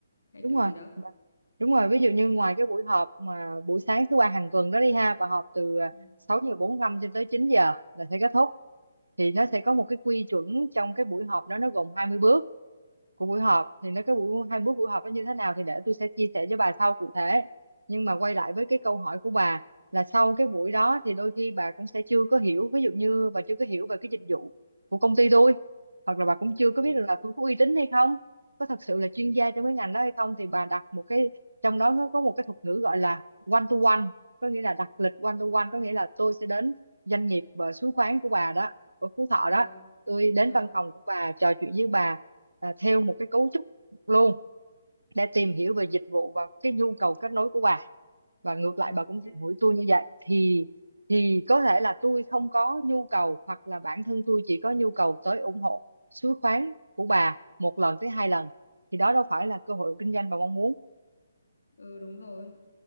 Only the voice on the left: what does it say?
hay
kiểu
gì đó
ừ
ừ
ừ
ừ,
ừ.
ừ đúng rồi